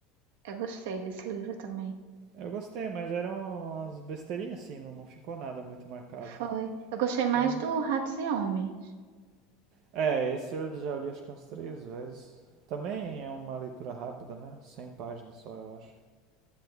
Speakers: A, on the right; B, on the right.
A: Eu gostei desse livro também.
B: Eu gostei, mas eram umas besteirinhas assim, não, não ficou nada muito marcado.
A: Foi. Eu gostei mais
B: Foi um-
A: do Ratos e Homens.
B: É, esse eu já li acho que umas três vezes. Também é uma leitura rápida, né? cem páginas só, eu acho.